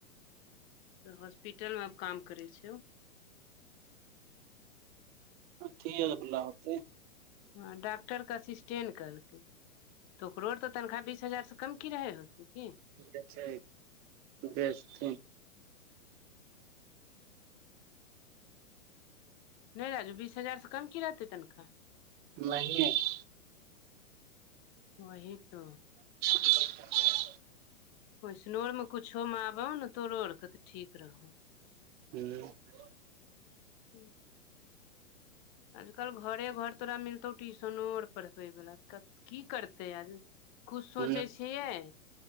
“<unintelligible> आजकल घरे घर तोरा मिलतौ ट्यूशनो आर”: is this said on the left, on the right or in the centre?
Left